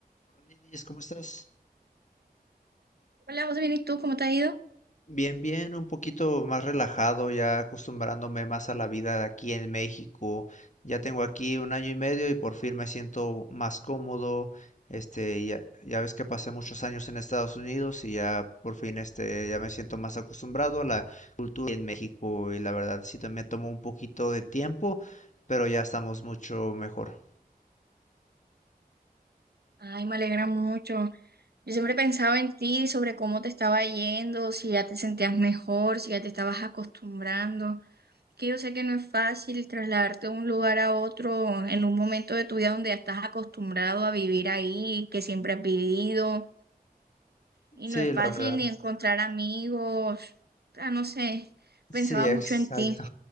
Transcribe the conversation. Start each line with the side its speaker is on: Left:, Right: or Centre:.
Left: Hola Lidis, ¿cómo estás?
Right: Hola, José, bien, ¿y tú? ¿Cómo te ha ido?
Left: Bien, bien, un poquito más relajado, ya acostumbrándome más a la vida de aquí en México. Ya tengo aquí un año y medio y por fin me siento más cómodo. Este, ya, ya ves que pasé muchos años en Estados Unidos y ya por fin este, ya me siento más acostumbrado a la cultura en México y la verdad sí también tomó un poquito de tiempo, pero ya estamos mucho mejor.
Right: Ay, me alegra mucho. Yo siempre pensaba en ti, sobre cómo te estaba yendo, si ya te sentías mejor, si ya te estabas acostumbrando. Que yo sé que no es fácil trasladarte de un lugar a otro en un momento de tu vida donde ya estás acostumbrado a vivir ahí, que siempre has vivido. Y
Left: Sí,
Right: no es fácil
Left: la verdad.
Right: ni encontrar amigos. Ah, no sé,
Left: Sí,
Right: pensaba
Left: exacto.
Right: mucho en ti.